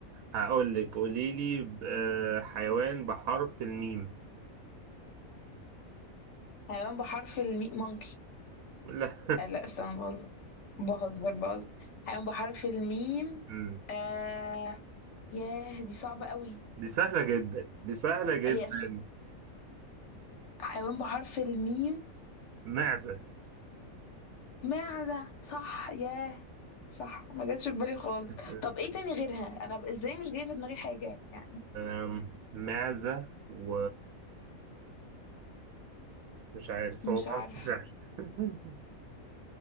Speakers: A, on the right; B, on the left.
A: هقول لك قولي لي ب- آه، حيوان بحرف الميم
B: حيوان بحرف الميم مونكي
A: لا <laughs>
B: آه لا استنى بقول بهزر بقى حيوان بحرف الميم
A: أمم.
B: آه ياه دي صعبة قوي
A: دي سهلة جدا دي سهلة جدا
B: هي حيوان بحرف الميم
A: معزة
B: معزة صح ياه صح ما جاتش في بالي خالص
A: <laughs>
B: طب ايه تاني غيرها انا ب- ازاي مش جايه في دماغي حاجة يعني
A: آم، معزة و مش عارف
B: مش
A: هو
B: عارفة
A: ممكن سهل <laughs>